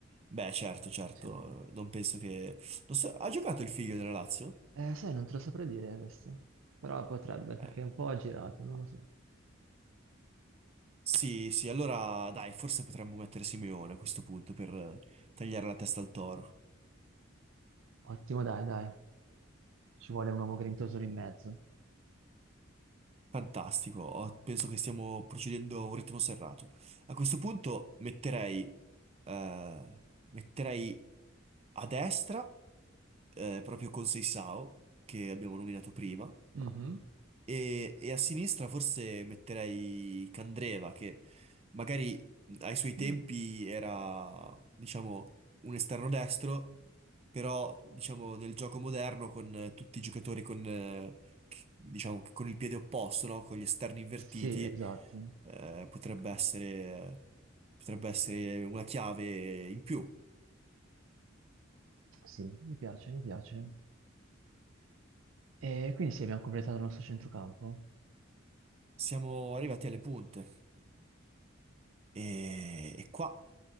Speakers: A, on the right; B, on the right.
A: Beh, certo, certo,
B: Sì.
A: non penso che... non so- ha giocato il figlio della Lazio?
B: Eh, sai, non te lo saprei dire questo, però potrebbe, perché
A: Eh,
B: è un po' aggirato, non lo so.
A: Sì, sì, allora dai, forse potremmo mettere Simeone a questo punto per eh, tagliare la testa al toro.
B: Ottimo, dai, dai. Ci vuole un uomo grintoso lì in mezzo.
A: Fantastico, ho- penso che stiamo procedendo a un ritmo serrato. A questo punto metterei, eh, metterei a destra, eh, proprio con Seisao, che abbiamo nominato prima,
B: Mhm.
A: e, e a sinistra forse metterei Candreva, che magari ai suoi tempi
B: Mm.
A: era, diciamo, un esterno destro, però, diciamo, nel gioco moderno con eh, tutti i giocatori con, eh, che- diciamo, che con il piede opposto, no? Con gli esterni invertiti,
B: Sì, esatto.
A: eh, potrebbe essere, potrebbe essere una chiave in più.
B: Sì, mi piace, mi piace. E quindi sì, abbiamo completato il nostro centrocampo.
A: Siamo arrivati alle punte e, e qua,